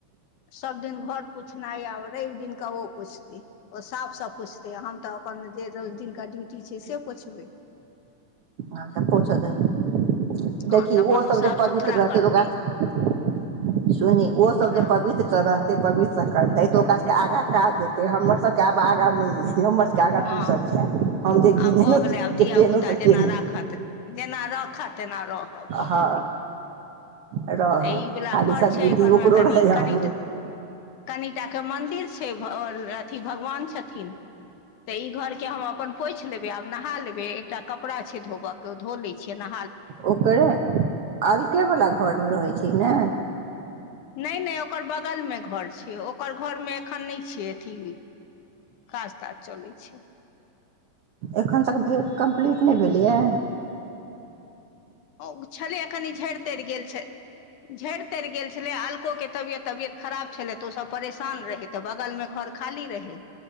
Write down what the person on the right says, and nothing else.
आंचछा पोछ दही
देखही
ओ सब जे
पवित्र
रहतै
तऽ ओकरा सब सुनही ओ सब
जे पवित्रस रहतै पवित्रस करतै तो ओकरा सबके आगा काज देतै हमर सब के आब आगा नै ऐ। हमर सबके आगा
तू सब छैं हम जे घिनेलहुँ
जे केनउं
से
केनउं
हँ रहब
खाली
सदबुद्धि
ओकरो
रहै हमरो
ओकरे अलकेवला घरमे रहै छी ने?
एखन तक भे कम्प्लीट नहि भेलैए?